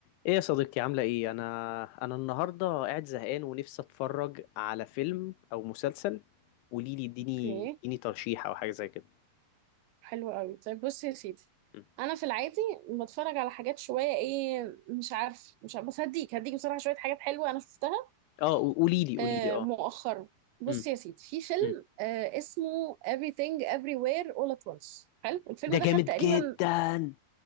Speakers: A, on the left; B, on the right.
A: ايه يا صديقتي عاملة ايه؟ انا انا النهاردة قاعد زهقان ونفسي اتفرج على فيلم او مسلسل قوليلي اديني
B: اوكي
A: اديني ترشيح او حاجة زي كده
B: حلو قوي طيب بص يا سيدي
A: مم.
B: انا في العادي بتفرج على حاجات شويه ايه مش عارف مش عارف بس هديك هديك بصراحه شويه حاجات حلوه انا شفتها
A: اه قوليلي قوليلي
B: آه
A: اه
B: مؤخرا بص
A: مم.
B: يا سيدي في فيلم
A: مم.
B: آه اسمه Everything Everywhere All at Once حلو الفيلم
A: ده جامد
B: ده خد تقريبا
A: جدا